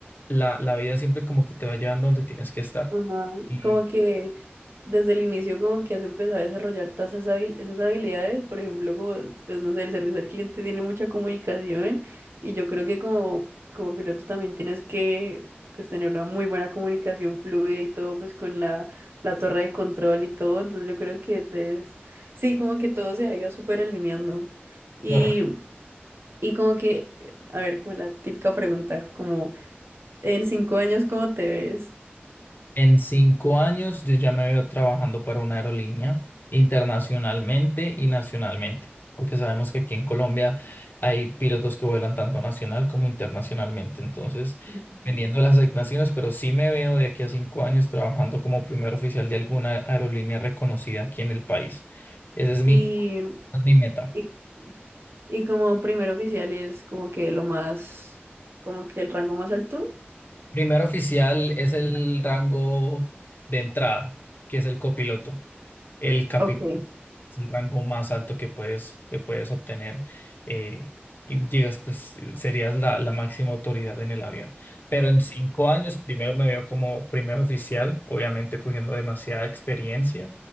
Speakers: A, on the left; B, on the right.
A: la, la vida siempre como que te va llevando donde tienes que estar.
B: Ajá,
A: Y
B: Como que desde el inicio como que has empezado a desarrollar todas esas habil- esas habilidades, por ejemplo, como, pues no sé, el servicio al cliente tiene mucha comunicación y yo creo que como, como piloto también tienes que pues tener una muy buena comunicación fluida y todo pues con la, la torre de control y todo, entonces yo creo que debes, sí, como que todo se ha ido súper alineando y,
A: corre-
B: y como que, a ver, como la típica pregunta, como en cinco años, ¿cómo te ves?
A: en cinco años yo ya me veo trabajando para una aerolínea internacionalmente y nacionalmente, porque sabemos que aquí en Colombia hay pilotos que vuelan tanto nacional como internacionalmente. Entonces,
B: Ujú.
A: dependiendo de las asignaciones, pero sí me veo de aquí a cinco años trabajando como primer oficial de alguna aerolínea reconocida aquí en el país. Esa es mi,
B: Y
A: esa es mi meta.
B: Y, y como primer oficial es como que lo más, como que el rango más alto.
A: Primer oficial es el rango de entrada, que es el copiloto. El capitán
B: Ok.
A: es el rango más alto que puedes, que puedes obtener eh, y llegas, pues serías la, la máxima autoridad en el avión. Pero en cinco años, primero me veo como primer oficial, obviamente cogiendo demasiada experiencia